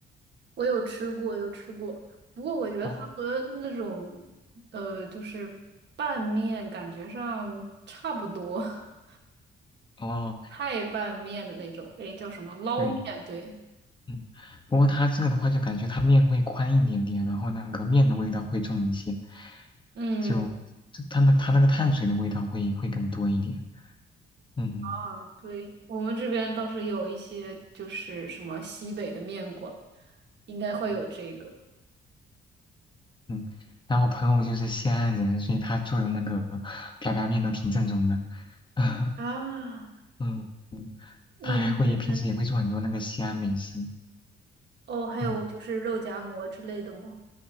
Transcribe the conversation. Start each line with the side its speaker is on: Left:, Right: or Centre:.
Right: 我有吃过，有吃过。不过我觉得它和那种呃，
Left: 哦
Right: 就是拌面感觉上差不多。<laughs>
Left: 哦，
Right: 太拌面的那种，诶，叫什么捞面？
Left: 对，
Right: 对，
Left: 嗯，不过他这个的话，就感觉他面会宽一点点，然后那个面的味道会重一些，
Right: 嗯
Left: 就他那他那个碳水的味道会会更多一点。嗯
Right: 啊，对，我们这边倒是有一些就是什么西北的面馆，应该会有这个
Left: 嗯嗯。然后我朋友就是西安人，所以他做的那个啪啪面都挺正宗的。<laughs>
Right: 啊。
Left: 嗯，
Right: 那你是
Left: 他还会平时也会做很多那个西安美食。
Right: <laughs> 哦，还有就是肉夹馍之类的吗？
Left: 嗯。